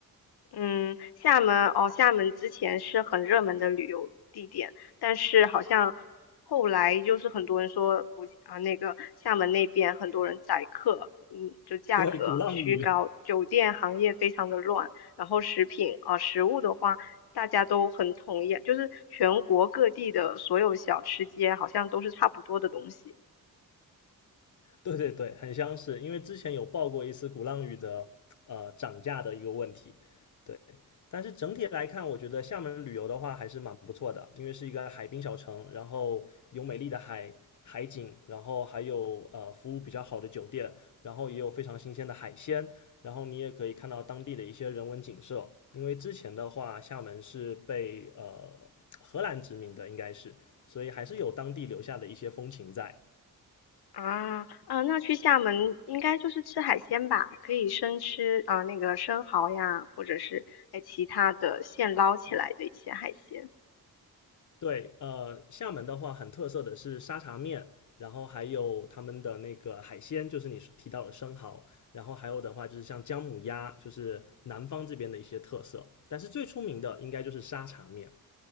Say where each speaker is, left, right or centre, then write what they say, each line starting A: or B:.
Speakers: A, on the left; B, on the left.
A: 嗯，厦门哦，厦门之前是很热门的旅游地点，但是好像后来就是很多人说福建啊，那个厦门那边很多人宰客，嗯，就价格虚高，
B: <laughs> 对，鼓浪屿，
A: 酒店行业非常的乱，然后食品啊，食物的话，大家都很统一，就是全国各地的所有小吃街好像都是差不多的东西，
B: 对对对，很相似，因为之前有报过一次鼓浪屿的呃涨价的一个问题，对。但是整体来看，我觉得厦门旅游的话还是蛮不错的，因为是一个海滨小城，然后有美丽的海海景，然后还有呃服务比较好的酒店，然后也有非常新鲜的海鲜，然后你也可以看到当地的一些人文景色。因为之前的话，厦门是被呃荷兰殖民的，应该是，所以还是有当地留下的一些风情在。
A: 啊，啊，那去厦门应该就是吃海鲜吧？可以生吃啊，那个生蚝呀，或者是哎其他的现捞起来的一些海鲜。
B: 对，呃，厦门的话很特色的是沙茶面，然后还有他们的那个海鲜，就是你提到的生蚝，然后还有的话就是像姜母鸭，就是南方这边的一些特色。但是最出名的应该就是沙茶面。